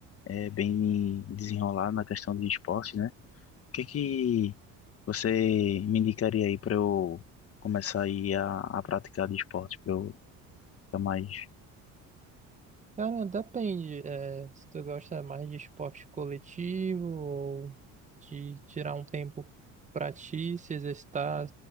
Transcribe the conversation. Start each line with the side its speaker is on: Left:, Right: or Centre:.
Left: é bem desenrolado na questão de esporte, né? O que que você me indicaria aí para eu começar aí a, a praticar de esporte, para eu ficar mais
Right: Cara, depende, é, se tu gosta mais de esporte coletivo ou de tirar um tempo pra ti, se exercitar